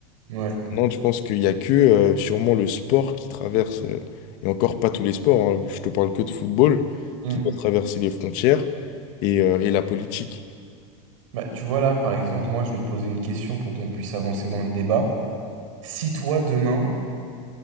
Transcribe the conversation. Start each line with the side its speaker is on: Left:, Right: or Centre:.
Right: Ouais.
Left: Non, je pense qu'il y a que euh, sûrement le sport qui traverse, euh, et encore pas tous les sports, hein, je te parle que de football,
Right: Mm.
Left: qui doit traverser les frontières et, euh, et la politique.
Right: Bah, tu vois là, par exemple, moi je vais te poser une question pour qu'on puisse avancer dans le débat. Si toi demain,